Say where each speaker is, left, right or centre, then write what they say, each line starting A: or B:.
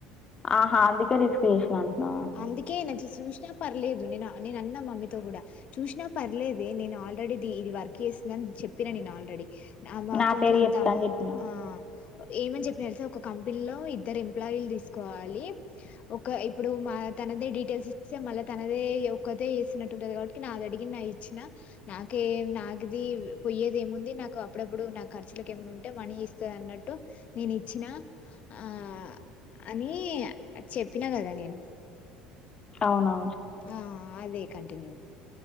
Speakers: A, on the left; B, on the left.
A: ఆహా అందుకే రిస్క్ చేసిన అంటన్నా
B: అందుకే నజు సూషినా పర్లేదు నేను నేనన్న మమ్మీతో గూడా చూసినా పర్లేదే నేను ఆల్రెడీది ఇది వర్క్ చేస్తుందని చెప్పిన నేను ఆల్రెడీ ఆమె
A: నా
B: అకౌంట్ల
A: పేరు
B: అంత
A: చెప్తా అని చెప్పినావు
B: ఆ ఏమని జెప్పిన తెలుసా ఒక కంపెనీలో ఇద్దరు ఎంప్లాయిలన్ని తిసుకోవాలి ఒక ఇప్పుడు మా తనదే డీటెయిల్స్ ఇస్తే మళ్ళీ తనదే ఒక్కతే చేేసినట్టు ఉంటది కాబట్టి నాది అడిగి నా ఇచ్చిన నాకేం నాకిది పొయ్యేది ఏముంది నాకు అప్పుడప్పుడు నా ఖర్చులకు ఏమన్న ఉంటే మనీ ఇస్తది అన్న టొ నేనిచ్చిన ఆ అని చెప్పినా గదా నేను
A: అవునా
B: ఆ అదే కంటిన్యూ